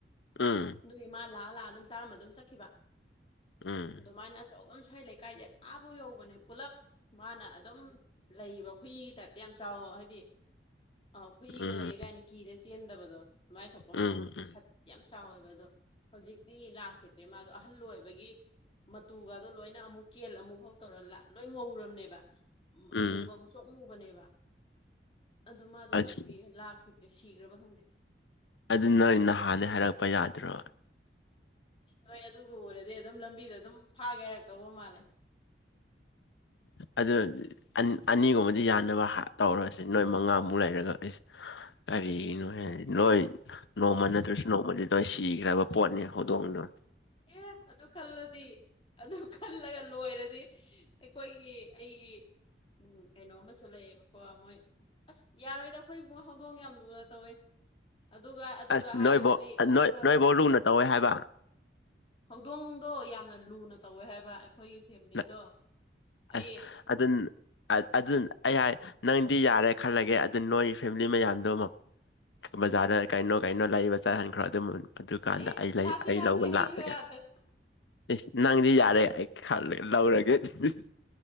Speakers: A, on the left; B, on the left.
A: ꯎꯝ
B: ꯑꯗꯨ ꯏꯃꯥ ꯂꯥꯛꯑ ꯂꯥꯛꯑ ꯑꯗꯨꯝ ꯆꯥꯝꯃ ꯑꯗꯨꯝ ꯆꯠꯈꯤꯕ
A: ꯎꯝ
B: ꯑꯗꯨꯃꯥꯏꯅ ꯑꯆꯧꯕ ꯁ꯭ꯋꯥꯏ ꯂꯩꯀꯥꯏꯁꯦ ꯀꯥꯐꯥꯎ ꯌꯧꯕꯅꯦ ꯄꯨꯜꯂꯞ ꯃꯥꯅ ꯑꯗꯨꯝ ꯂꯩꯕ ꯍꯨꯏꯒꯤ ꯇꯥꯏꯞꯇ ꯌꯥꯝ ꯆꯥꯎꯋꯣ ꯍꯥꯏꯗꯤ ꯑ ꯍꯨꯏꯒ
A: ꯎꯝ
B: ꯂꯩ ꯀꯥꯏꯅ ꯀꯤꯔ ꯆꯦꯟꯗꯕꯗꯣ ꯑꯗꯨꯃꯥꯏꯅ ꯊꯣꯛꯄ
A: ꯎꯝ
B: ꯑꯃ ꯑꯗꯨꯝ
A: ꯎꯝ
B: ꯁꯠ ꯌꯥꯝ ꯆꯥꯎꯋꯦꯕ ꯑꯗꯣ ꯍꯧꯖꯤꯛꯇꯤ ꯂꯥꯛꯈꯤꯗ꯭ꯔꯦ ꯃꯥꯗꯣ ꯑꯍꯜ ꯑꯣꯏꯕꯒꯤ ꯃꯇꯨꯒꯗꯣ ꯂꯣꯏꯅ ꯑꯃꯨꯛ ꯀꯦꯜ ꯑꯃꯨꯛ ꯍꯥꯎ ꯇꯧꯔ ꯂꯣꯏ ꯉꯧꯔꯕꯅꯦꯕ꯫
A: ꯎꯝ
B: ꯑꯃꯨꯕ ꯑꯃꯨꯁꯨꯣꯛ ꯃꯨꯕꯅꯦꯕ ꯑꯗꯨ ꯃꯥꯗꯣ ꯍꯧꯖꯤꯛꯇꯤ
A: ꯑꯁ
B: ꯂꯥꯛꯈꯤ ꯁꯤꯈ꯭ꯔꯕ ꯈꯪꯗꯦ
A: ꯑꯗꯨ ꯅ ꯅꯍꯥꯟꯗꯩ ꯍꯥꯏꯔꯛꯄ ꯌꯥꯗ꯭ꯔꯣ
B: ꯁꯤ ꯅꯣꯏ ꯑꯗꯨꯒ ꯎꯔꯗꯤ ꯑꯗꯨꯝ ꯂꯝꯕꯤꯗ ꯑꯗꯨꯝ ꯐꯥꯒꯦ ꯍꯥꯏꯔꯛꯇꯧꯕ ꯃꯥꯜꯂꯦ
A: ꯑꯗꯨ ꯑꯟ ꯑꯅꯤꯒꯨꯝꯕꯗꯤ ꯌꯥꯅꯕ ꯇꯧꯔꯁꯤ ꯅꯣꯏ ꯃꯉꯥꯃꯨꯛ ꯂꯩꯔꯒ ꯑꯩꯁ ꯀꯔꯤꯅꯍꯦ ꯅꯣꯏ ꯅꯣꯡꯃ ꯅꯠꯇ꯭ꯔꯁꯨ ꯅꯣꯡꯃꯗꯤ ꯂꯣꯏ ꯁꯤꯈ꯭ꯔꯕ ꯄꯣꯠꯅꯤ ꯍꯧꯗꯣꯡꯗꯣꯏ
B: ꯑꯦ ꯑꯗꯨ ꯀꯜꯂꯗꯤ ꯑꯗꯨ ꯈꯜꯂꯒ ꯂꯣꯏꯔꯗꯤ ꯑꯩꯈꯣꯏꯒꯤ ꯑꯩꯒꯤ ꯎꯝ ꯀꯩꯅꯣꯝ ꯑꯃꯁꯨ ꯂꯩꯌꯦꯕꯀꯣ ꯃꯣꯏ ꯑꯁ ꯌꯥꯔꯣꯏꯗ ꯑꯩꯈꯣꯏ ꯏꯕꯨꯨꯡ ꯍꯧꯗꯣꯡ ꯌꯥꯝ ꯂꯨꯅ ꯇꯧꯋꯦ꯫ ꯑꯗꯨꯒ ꯑꯗꯨꯒ
A: ꯑꯁ ꯅꯣꯏꯕꯧ
B: ꯍꯥꯏꯔꯨꯔꯗꯤ ꯑꯣ
A: ꯅꯣꯏ
B: ꯂꯣꯏꯔꯦ
A: ꯅꯣꯏꯕꯧ ꯂꯨꯅ ꯇꯧꯋꯦ ꯍꯥꯏꯕ
B: ꯍꯧꯗꯣꯡꯗꯣ ꯌꯥꯝꯅ ꯂꯨꯅ ꯇꯧꯋꯦ ꯍꯥꯏꯕ ꯑꯩꯈꯣꯏꯒꯤ ꯐꯦꯃꯤꯂꯤꯗꯣ
A: ꯅ-
B: ꯑꯩ
A: ꯑꯁ ꯑꯗꯨꯅ ꯑꯗꯨ ꯑꯩ ꯅꯪꯗꯤ ꯌꯥꯔꯦ ꯈꯜꯂꯒꯦ ꯑꯗꯨ ꯅꯣꯏ ꯐꯦꯃꯤꯂꯤ ꯃꯌꯥꯝꯗꯣ ꯕꯖꯥꯔꯗ ꯀꯩꯅꯣ ꯀꯩꯅꯣ ꯂꯩꯕ ꯆꯠꯍꯟꯈ꯭ꯔꯣ ꯑꯗꯨꯝ ꯑꯗꯨ ꯀꯥꯟꯗ
B: ꯑꯦ
A: ꯑꯩ ꯂꯩ
B: ꯌꯥꯗꯦ
A: ꯑꯩ
B: ꯌꯥꯗꯦ
A: ꯂꯧꯕ
B: ꯑꯩꯁꯨ
A: ꯂꯥꯛꯑꯒꯦ꯫
B: ꯌꯥꯗꯦ
A: ꯏꯁ ꯅꯪꯗꯤ ꯌꯥꯔꯦ ꯑꯩ ꯈꯜꯂꯒ ꯂꯧꯔꯦꯗꯨꯗꯤ